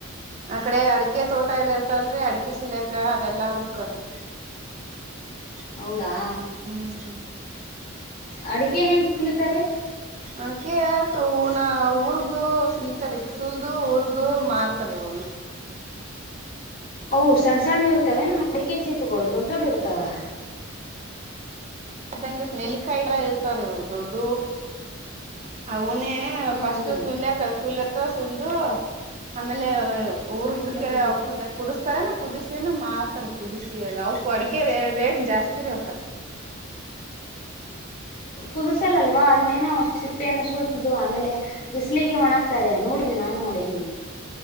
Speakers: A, on the right; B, on the left.
A: ಆಕಡೆ ಅಡಿಕೆ ತೋಟ ಎಲ್ಲ ಇರ್ತಲ್ರರಿ ಅಡಿಕೆ ಸಿಲಕ ಅದೆಲ್ಲಾ ಹಕ್ರರಿ <unintelligible>
B: ಹೌದಾ
A: ಹ್ಮ್ ಹ್ಮ್
B: ಅಡಿಕೆ ಹೆಂಗೆ ಚುಲಿತಾರೆ
A: ನನಕ ಅವನ ಉರ್ದು ಸುಲಿತಾರೆ ಸುಲದುು ಉರ್ದು ಮಾರ್ತಾರೆ ಅವನು
B: ಹ್ ಸಣ್ಣ ಸಣ್ಣ ಇರ್ತವೇಏನ ಅಡಿಕೆ ಚೀಪುಗಳು ದೊಡ್ಡ ದೊಡ್ ಇರ್ತವೆ
A: ಇದಂಗತ್ ನೆಲ್ಲಿಕಾಯಿದ ಇರ್ತಾರ ಅವು ದೊಡ್ಡ ಅವನೇ
B: ಹಾ
A: ಫಸ್ಟ್
B: ಹಾ
A: ಸುಲ್ಕ ಕೂಲತ್ತ ಸು್ದು ಆಮೇಲೆ ಊರ್ದ್ದ
B: ಹ್ಮ್
A: ಕೆರೆ
B: ಹ್ಮ್
A: ಅವ್ಕನ್ನೆ ಕುದಿಸ್ತಾರನ ಕುದಿಸಿನ ಮಾಡ್ತಾರೆ ಕುದಿಸಿಿ ಎಲ್ಲ ಅವಕ್ ಅಡಗೆ ರೇಟ್ ಜಾಸ್ತಿ ರೀ ಅವಕ್ಕ
B: ಕುದ್ಸಲಲ್ವಾ ಅದನ್ನೇನೋ ಔಷಿಪ್ಪ ಏನ ಸುಳ್ದು ಆಮೇಲೆ ಬಿಸ್ಲಿಗೆ ಒಣಾಗಕ್ತಾರೆ ನೋಡಿನಿ ನಾನ್ ನೋಡಿನಿ